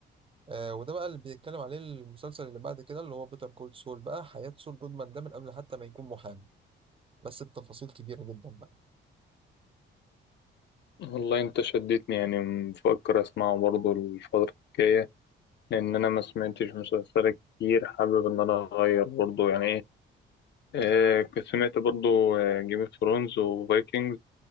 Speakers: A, on the right; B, on the left.
A: آه وده بقى اللي بيتكلم عليه المسلسل اللي بعد كده اللي هو بيتر كول سول بقى حياه سول جودمان ده من قبل حتى ما يكون محامي بس بتفاصيل كبيره جدا بقى
B: والله انت شدتني يعني مفكر اسمعه برضو الفترة الجاية لان انا ما سمعتش مسلسلات كتير حابب ان انا اغير برضو يعني ايه آه كنت سمعت برضو جيم اوف ثرونز وفايكنجز